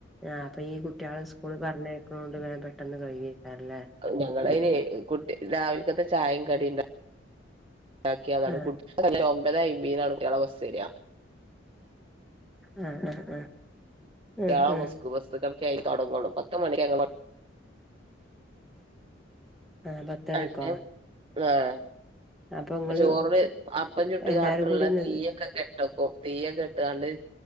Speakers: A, in the centre; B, on the right.
A: ഞാ ഇപ്പൊ ഈ കുട്ട്യേള് സ്കൂളില് പറഞ്ഞേ അയക്കുന്നെണ്ട് വേഗം പെട്ടെന്ന് കഴിയും അല്ലേ.
B: ഞങ്ങള് അയിന് കു രാവിലത്തെ ചായയും കടിയുണ്ടാക്കിയ അത്
A: ആഹ്
B: കുടിക്ക അല്ലാ ഒമ്പത് അയ്മ്പതിന് കുട്ട്യേളെ ബസ് വരുക.
A: ആഹ് ആഹ് ആഹ്
B: ട്ട്യാളെ
A: ആഹ് ആഹ്
B: ബസ് ബസ്ടക്ക ആയി തുടങ്ങോളൂ പത്ത മണി <unintelligible>
A: ആഹ് പത്തണിക്കോ
B: അല്ലെ ആഹ്
A: അപ്പൊ ഇങ്ങള്
B: ചോറിന് അപ്പം ചുട്ട്
A: എല്ലാരും
B: കൊണ്ടുള്ള
A: കൂടി നി
B: തീയൊക്കെ കെട്ടേക്കും. തീയൊക്കെ കെട്ടുക്കണേൽ